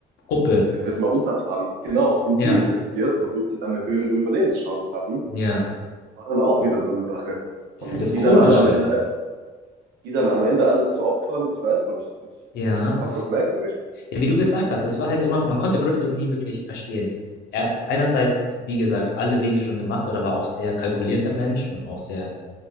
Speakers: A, on the left; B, on the right.
A: Gruppe.
B: nennen wir es mal Untertanen, genau, in
A: Ja,
B: die investiert, wodurch die dann eine höhere Überlebenschance hatten.
A: ja.
B: War dann auch wieder so eine Sache.
A: Das
B: Und
A: ist halt das
B: die
A: Komische.
B: dann alle am Ende einfach, die dann am Ende alle zu opfern, ich weiß nicht. Ich
A: Ja.
B: fand das merkwürdig.
A: Ja, wie du gesagt hast, das war halt immer, man konnte Griffith nie wirklich verstehen. Er hat einerseits, wie gesagt, alle Wege schon gemacht oder war auch sehr kalkulierter Mensch und auch sehr